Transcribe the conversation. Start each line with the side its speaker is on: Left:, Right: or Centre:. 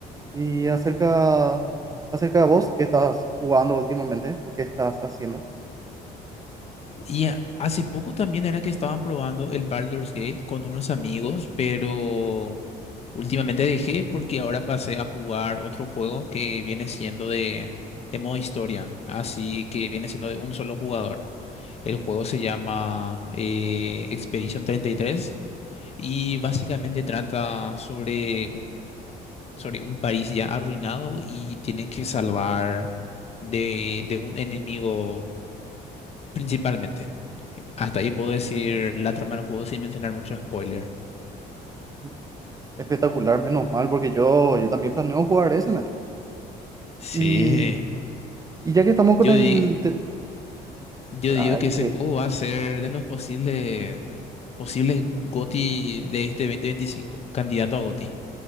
Right: Y acerca,
Left: Mm.
Right: acerca de vos, ¿qué estás jugando últimamente? ¿O qué estás haciendo?
Left: Y a- hace poco también era que estaban probando el Baldur's Gate con unos amigos, pero últimamente dejé porque ahora pasé a jugar otro juego que viene siendo de, de modo historia, así que viene siendo de un solo jugador. El juego se llama eh, Expedition treinta y tres y básicamente trata sobre sobre un país ya arruinado y tienen que salvar de, de un enemigo principalmente. Hasta ahí puedo decir la trama del juego sin mencionar mucho spoiler.
Right: Mm, Espectacular, menos mal, porque yo, yo también planeo jugar ese, ¿no?
Left: Sí,
Right: Y, y ya que estamos con
Left: yo,
Right: el...
Left: di-
Right: te-
Left: yo
Right: Espera,
Left: digo que
Right: es que
Left: ese juego va a ser de los posibles, posibles GOTY de este 2025, candidato a GOTY.